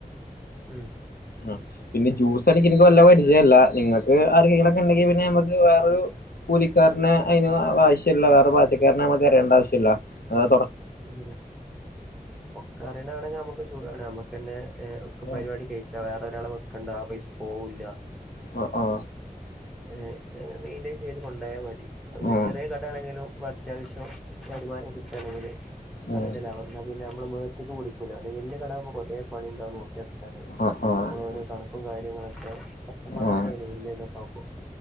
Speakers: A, in the centre; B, on the left.
A: ഉം
B: ആ പിന്നെ ജ്യൂസ് അടിക്ക എനിക്ക് വല്ല്യ പരിചയല്ല. നിങ്ങൾക്ക് ആരെങ്കിലുക്കെ ഉണ്ടെങ്കി പിന്നെ നമ്മുക്ക് വേറെയൊരു കൂലിക്കാരനെ അതിന് ആവശ്യമില്ല വേറെ പാചക്കാരനെമ്മ തരേണ്ട ആവശ്യമില്ല അ
A: ഉ ഒക്കെ അറിയണാണെങ്കിൽ നമുക്ക് സുഖമാണ് നമ്മുക്ക്െന്നെ ഏ ഒക്കെ
B: ആ
A: പരിപാടി കഴിച്ചാ വേറെൊ ഒരാളെ വെക്കണ്ട ആ പൈസ പോവില്ല
B: ആ ആ
A: ഏ അങ്ങനെ മെയിന്റെയിൻ ചെയ്ത് കൊണ്ടായൽ മതി. അപ്പൊ
B: ആഹ്
A: ചെറിയ കടയാണെങ്കിലും ഇപ്പ അത്യാവശ്യം വരുമാനം കിട്ടുകയാണെങ്കിൽ അതെയല്ലേ
B: ആഹ്
A: ലാഭം ന്നാ പിന്നെ നമ്മ മേഖത്തേക് പിടികൂല്ല. അ വല്യ കടാവുമ്പോ കുറെ പണിണ്ടാകും. <unintelligible>
B: ആഹ് ആഹ്
A: നമ്മൾ ഓരോ കണക്കും കാര്യങ്ങളൊക്കെ കഷ്ടപ്പാടനെയാണ്
B: ആഹ്
A: വലിയ ഇതൊക്കെ ആകുമ്പോൾ.